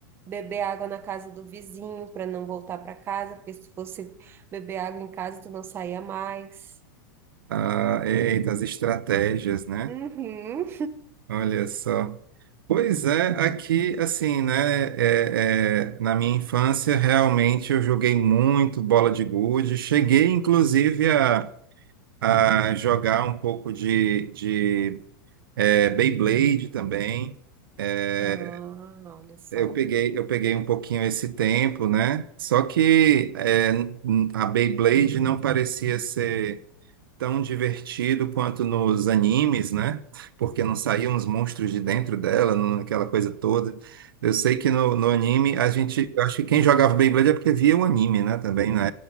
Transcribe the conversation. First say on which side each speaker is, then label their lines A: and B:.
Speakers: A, on the right; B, on the right.
A: Beber água na casa do vizinho para não voltar para casa, porque se fosse beber água em casa, tu não saía mais.
B: Ah, eita, as estratégias, né?
A: Uhum.
B: Olha só. Pois é, aqui, assim, né? é, é, na minha infância, realmente eu joguei muito bola de gude. Cheguei, inclusive, a, a jogar um pouco de, de É, Beyblade também. É,
A: Ah, olha só.
B: eu peguei, eu peguei um pouquinho esse tempo, né? Só que é, n- a Beyblade não parecia ser tão divertido quanto nos animes, né? Porque não saíam os monstros de dentro dela, não- aquela coisa toda. Eu sei que no, no anime a gente, eu acho que quem jogava Beyblade é porque via o anime, né? Também na